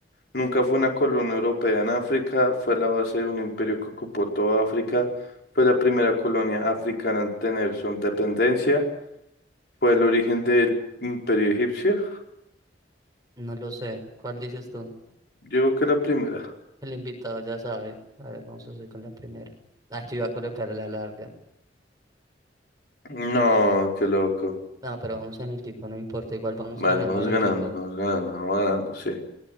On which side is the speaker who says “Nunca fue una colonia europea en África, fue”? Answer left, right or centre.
Left